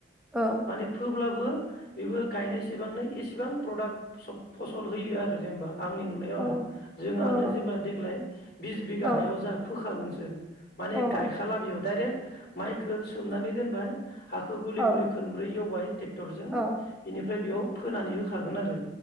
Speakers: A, in the centre; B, on the left.
A: औ
B: माने फोब्लाबो बेबो गायनायसेबांनो एसेबां प्रडाक्ट फसल होयो आरो जेनेबा आंनि नुनायाव
A: औ
B: आरो जोंहानो
A: औ
B: जेनेबा देग्लाय बिस बिघा
A: औ
B: हायाव जा फोखागोन स आरो माने
A: औ
B: गायखाला बेयाव डाइरेक्ट माइखौ सोमनानै दोनबाय हाखौ गलि
A: औ
B: गुलि खनब्रै एवबाय टेकटरजों
A: औ
B: बिनिफ्राय बेयाव फोनानै होखागोन आरो